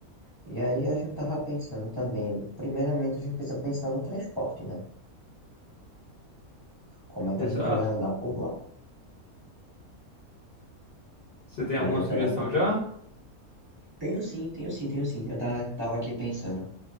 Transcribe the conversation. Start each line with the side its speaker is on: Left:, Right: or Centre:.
Right: E aí a gente tava pensando também, primeiramente a gente precisa pensar no transporte, né? Como é que
Left: Exato.
Right: a gente vai andar por lá?
Left: Você tem
Right: Aí
Left: alguma
Right: eu
Left: sugestão
Right: tava pensando,
Left: já?
Right: tenho sim, tenho sim, tenho sim. Eu tava, tava aqui pensando,